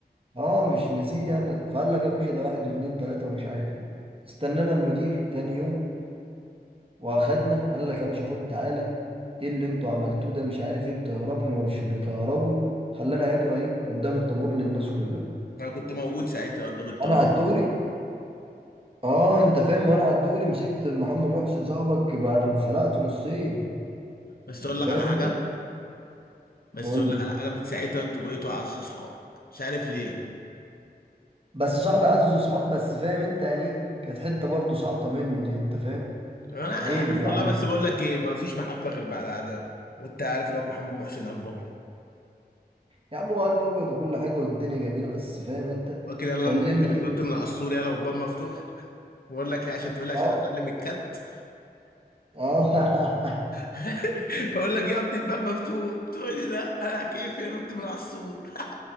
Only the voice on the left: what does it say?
انا كنت موجود ساعتها قدام الطابور
دي
بس اقول لك
على حاجه
بس
اقول لك
على حاجه من ساعتها انتوا بقيتوا اعز صحاب مش عارف ليه
انا
عارف
والله
بس بقول لك ايه ما فيش محبه غير بعد عداوه وانت عارف الواد محمد محسن البابي
فاكر يلا
لما كنت بتنط
من على السور يلا والباب مفتوح بقول لك ايه عشان تقول لي عشان
اتعلم الكت
<laughs> بقول لك يا ابني الباب مفتوح تقول لي لا انا كيفي انط من على السور <laughs>